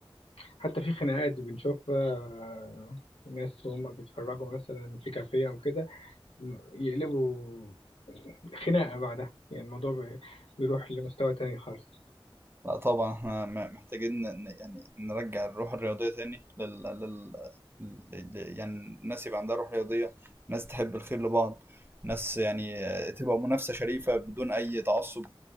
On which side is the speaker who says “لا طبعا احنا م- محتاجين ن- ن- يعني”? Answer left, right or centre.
Right